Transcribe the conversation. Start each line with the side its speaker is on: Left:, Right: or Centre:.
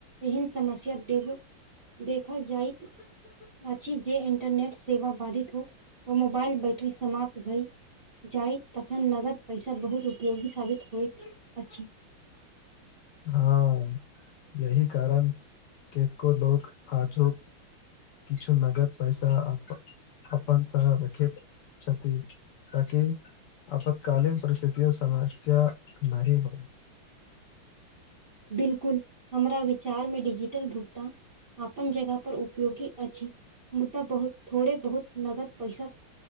Right: एहन समस्या देबै देखल जाइत। अछिजे इंटरनेट सेवा बाधित हो ओ मोबाइल बैटरी समाप्त भाई जाइ तखन नगद पैसा बहुत उपयोगी साबित होइत अछि
Left: ह यही कारण केतको लोक आजो किछु नगद पैसा अपन अपन साथ रखेत। <unintelligible> अपतकालीन परिस्थितिओ समस्या नहि ह
Right: बिल्कुल हमरा विचारमे डिजिटल भुगतान। अपन जगह पर उपयोगी अछि मुदा बहुत थोड़े बहुत नगद पैसा।